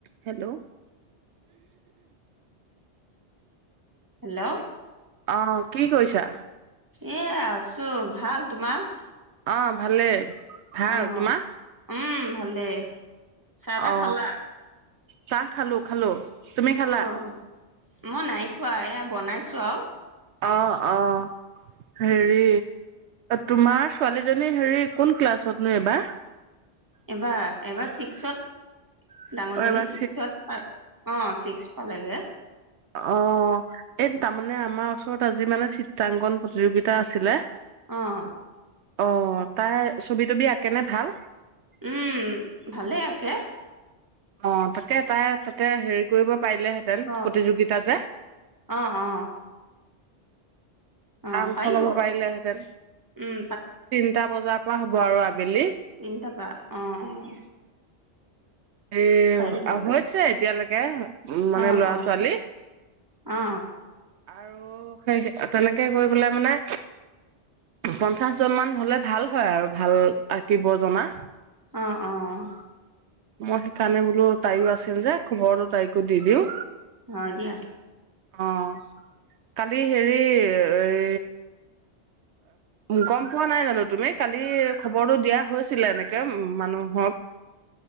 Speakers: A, on the right; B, on the right.
A: হেল্ল'
B: হেল্ল'
A: অ' কি কৰিছা?
B: এ আছো ভাল তোমাৰ?
A: অ' ভালে ভাল,
B: অ
A: তোমাৰ?
B: উম ভালে। চাহ-টা
A: অ
B: খালা?
A: চাহ খালোঁ খালোঁ। তুমি খালা?
B: অ মই নাই খোৱা এইয়া বনাইছো আৰু
A: অ অ হেৰি তোমাৰ ছোৱালীজনী হেৰি কোন ক্লাছ? সি এইবাৰ
B: এইবাৰ, এইবাৰ ছিক্সত ডাঙৰজনী
A: অ এইবাৰ
B: ছিক্সত পায় অ ছিক্স পালেগে
A: অ' এই তামানে এনে আমাৰ ওচৰত আজি মানে চিত চিত্ৰাংকন প্ৰতিযোগিতা আছিলে
B: অ'
A: অ' তাই ছবি-তবি আঁকে নে ভাল?
B: উম ভালে আকে
A: অ তাক কে তাই তাতে হেৰি কৰিব পাৰিলেহেঁতেন,
B: অ
A: প্ৰতিযোগিতা যে।
B: অ অ অ
A: অংশ
B: পাৰিব
A: লব পাৰিলেহেঁতেন।
B: উম
A: তিনটা বজাত ৱা হ'ব আৰু আবেলি।
B: তিনিটাপা অ'
A: এ
B: পাৰিব
A: হৈছে এতিয়ালৈকে এ উম মানে
B: অ
A: ল'ৰা-ছোৱালী
B: অ অ অ
A: আৰু সেই তেনেকে গৈ পেলাই মানে পঞ্চাশজন মান হ'লে ভাল হয় আৰু ভাল আঁকিব জনা
B: অ' অ'
A: মই সেইকাৰণে বো লো তাইও আছিল যে, খবৰটো তাইকো দি দিওঁ
B: হয় দিয়া
A: অ' কালি হেৰি এই গম পোৱা নাই জানো তুমি! কালি খবৰটো দিয়া হৈছিলে এনেকে উম মানুহক